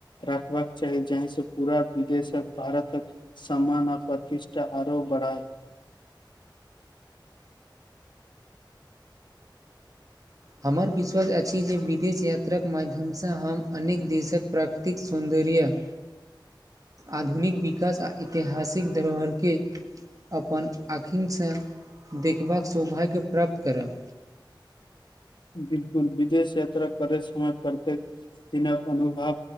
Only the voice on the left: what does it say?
रखबाक चाही जहिसँ पूरा विदेश भारतक समान आ प्रतिष्ठा आरो बरहाई
बिलकुल विदेश यात्रा करे समय प्रत्येक दिनक अनुभव